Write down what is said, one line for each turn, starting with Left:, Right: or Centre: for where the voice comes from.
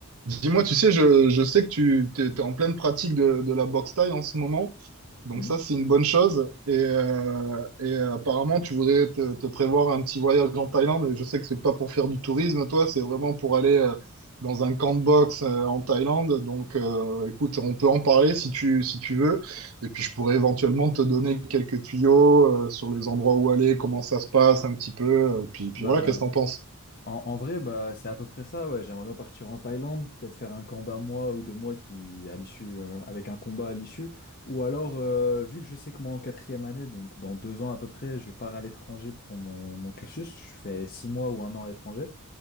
Right: Dis-moi, tu sais, je, je sais que tu t'es, t'es en pleine pratique de, de la boxe thaï en ce moment, donc
Left: Mhm.
Right: ça c'est une bonne chose. Et, euh, et euh, apparemment, tu voudrais te, te prévoir un petit voyage en Thaïlande. Et je sais que c'est pas pour faire du tourisme, toi, c'est vraiment pour aller euh, dans un camp de boxe euh, en Thaïlande. Donc, euh, écoute, on peut en parler si tu si tu veux. Et puis, je pourrais éventuellement te donner quelques tuyaux euh, sur les endroits où aller, comment ça se passe un petit peu. euh, Puis puis
Left: Bah,
Right: voilà, qu'est-ce que t'en penses?
Left: en, en vrai, bah, c'est à peu près ça, ouais. J'aimerais bien partir en Thaïlande, peut-être faire un camp d'un mois ou deux mois qui, à l'issue, euh, avec un combat à l'issue. Ou alors, euh, vu que je sais que moi, en quatrième année, donc dans deux ans à peu près, je pars à l'étranger pour mon, mon cursus. Je fais six mois ou un an à l'étranger.